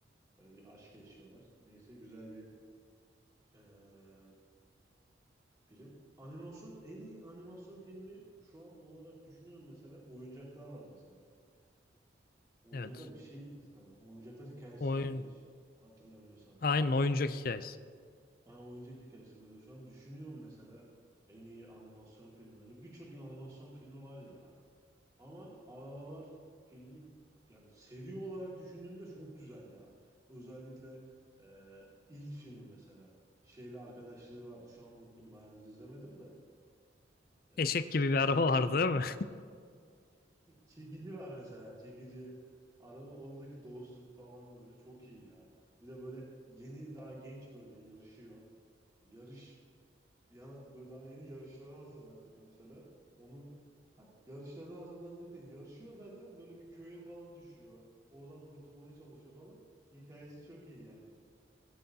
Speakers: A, on the right; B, on the left.
A: Böyle bir aşk yaşıyorlar. Neyse güzel bir e, film. Animasyon en iyi animasyon filmi şu an olarak düşünüyorum mesela. Oyuncaklar var mesela. Oyuncaklar
B: Evet.
A: bir şeydi sanırım. Oyuncaklar hikayesiydi
B: Oyun,
A: yanlış hatırlamıyorsam.
B: aynen oyuncak hikayesi.
A: Ha, oyuncak hikayesi mesela şu an düşünüyorum mesela en iyi animasyon filmleri. Birçok animasyon filmi var ya. Ama Arabalar filmi yani seri olarak düşündüğümde çok güzel ya. Özellikle e, ilk filmi mesela. Şeyle arkadaşlığı vardı. Şu an unuttum. Bayağıdır izlemedim de. E,
B: Eşek gibi bir araba
A: çekici
B: vardı değil mi?
A: Çekici var mesela. Çekici. Ara, oradaki dostluk falan böyle çok iyi ya. Bir de böyle yeni daha genç böyle yarışıyor. Yarış yana böyle daha yeni yarışlara hazırlanacak mesela. Onun ha, yarışlara hazırlanacak değil. Yarışıyor zaten böyle bir köye falan düşüyor. Oradan kurtulmaya çalışıyor falan. Hikayesi çok iyi yani.